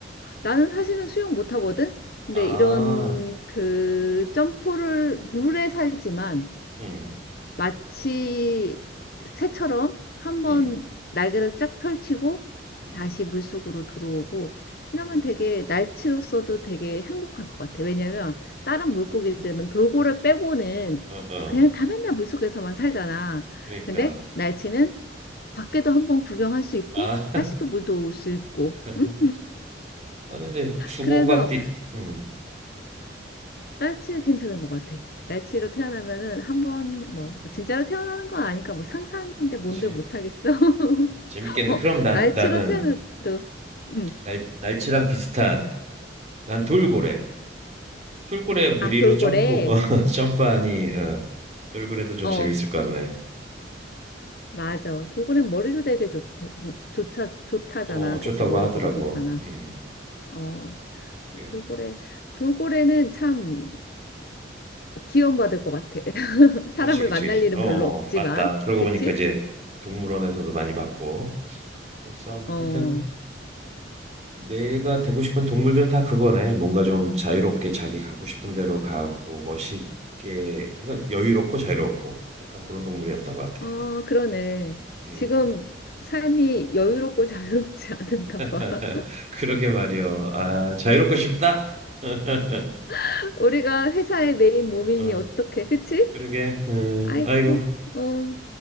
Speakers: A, on the left (about 50°); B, on the right (about 35°).
A: 나는 사실은 수영 못하거든. 근데
B: 아,
A: 이런 그 점프를 물에 살지만
B: 음,
A: 마치 새처럼 한번
B: 음,
A: 날개를 쫙 펼치고
B: 음,
A: 다시 물속으로 들어오고 이러면
B: 음.
A: 되게 날치로서도 되게 행복할 것 같아. 왜냐면 다른 물고기들은 돌고래 빼고는
B: 어, 어,
A: 그냥 다 맨날 물속에서만 살잖아.
B: 그러니까.
A: 근데 날치는 밖에도 한번
B: 음.
A: 구경할 수 있고
B: 아,
A: 다시 또 물도 올 수 있고.
B: <laughs>
A: 응?
B: 아, 근데 숭어가
A: 그래서
B: 띠, 음,
A: 날치 괜찮은 것 같아. 날치로 태어나면은 한번 뭐 진짜로 태어나는 건 아니까 뭐
B: 어,
A: 상상인데
B: 그렇지.
A: 뭔들 못하겠어. <laughs>
B: 재밌겠네.
A: 어,
B: 그럼 난
A: 날치로
B: 나는
A: 태어나도. 응.
B: 날 날치랑 비슷한 난 돌고래. 돌고래 무리로
A: 아, 돌고래.
B: 점프, <laughs> 어, 점프하니 어, 돌고래도 좀
A: 어,
B: 재밌을 것 같네. 음,
A: 맞아. 돌고래 머리도
B: 음.
A: 되게 좋대. 좋다, 좋다잖아.
B: 어, 좋다고
A: 그치? 머리
B: 하더라고.
A: 되게 좋잖아.
B: 음,
A: 어,
B: 그,
A: 돌고래. 돌고래는 참 기원받을 것 같아. <laughs> 사람을
B: 그렇지, 그렇지,
A: 만날
B: 그렇지.
A: 일은
B: 어,
A: 별로 없지만.
B: 어, 맞다. 그러고
A: 그치?
B: 보니까 이제 동물원에서도 많이 봤고. 그래서
A: 어,
B: 하여튼. 내가 되고 싶은 동물들은 다 그거네. 뭔가 좀 자유롭게 자기 가고 싶은 대로 가고 멋있게, 그러니까 여유롭고 자유롭고 약간 그런 동물이었던 것 같아.
A: 아, 그러네.
B: 음,
A: 지금 삶이 여유롭고 <laughs> 자유롭지 않은가
B: <laughs>
A: 봐.
B: 그러게 말이여. 아, 자유롭고 싶다. <laughs>
A: <laughs> 우리가 회사의 메인 몸이니
B: 어,
A: 어떻게, 그치?
B: 그러게. 음,
A: 아이고,
B: 아이고,
A: 어,